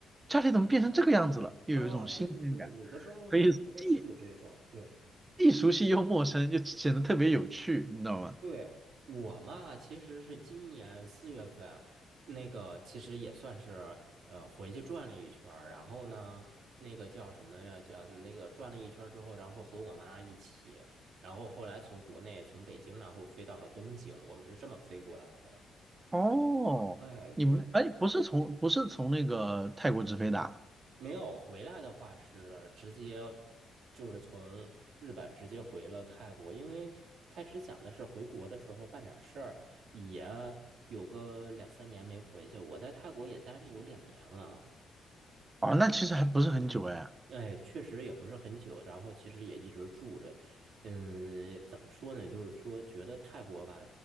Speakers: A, on the right (about 25°); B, on the right (about 70°).
A: 家里怎么变成这个样子了，又有一种新鲜感，
B: 啊，对对对，有的时候我觉得是有这种，
A: 所以既
B: 对。
A: 既熟悉又陌生，就显得特别有趣，你知道吗？
B: 对，我嘛，其实是今年四月份，那个其实也算是呃回去转了一圈儿，然后呢，那个叫什么呀？叫那个转了一圈儿之后，然后和我妈一起，然后后来从国内从北京，然后飞到了东京，我们是这么飞过来的。
A: 哦，
B: 哎，对。
A: 你们哎，不是从不是从那个泰国直飞的啊？
B: 没有回来的话是直接就是从日本直接回了泰国，因为开始想的是回国的时候办点事儿，也有个两三年没回去。我在泰国也待了有两年了。
A: 哦，那其实还不是很久哎。
B: 嗯。哎，确实也不是很久，然后其实也一直住着。嗯，怎么说呢？就是说，觉得泰国吧，